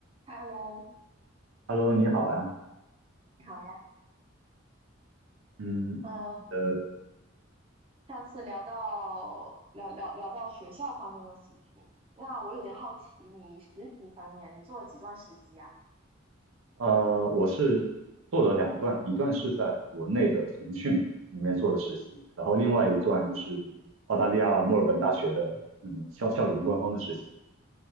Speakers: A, on the right; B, on the right.
A: Hello，
B: Hello，你好呀，
A: 你好呀。
B: 嗯，
A: 嗯，
B: 呃，
A: 上次聊到聊聊聊到学校方面的事情，那我有点好奇，你实习方面你做了几段实习呀？
B: 呃，我是做了两段，一段是在国内的腾讯里面做的实习，然后另外一段就是澳大利亚墨尔本大学的嗯校校园官方的实习，
A: 哦